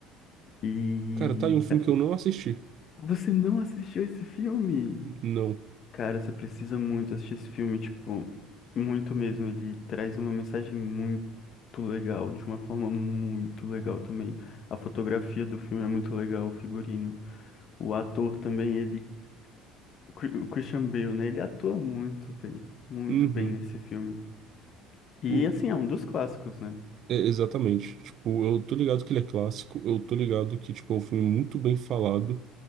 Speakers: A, on the left; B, on the right.
A: E,
B: cara, tá aí um filme
A: cara,
B: que eu não assisti.
A: você não assistiu esse filme?
B: Não.
A: Cara, você precisa muito assistir esse filme, tipo, muito mesmo. Ele traz uma mensagem muito legal, de uma forma muito legal também. A fotografia do filme é muito legal, o figurino. O ator também, ele, o Cri- o Christian Bale, né? Ele atua muito bem, muito
B: Uhum.
A: bem nesse filme. E
B: É,
A: assim, é um dos clássicos, né?
B: exatamente. Tipo, eu tô ligado que ele é clássico, eu tô ligado que, tipo, é um filme muito bem falado.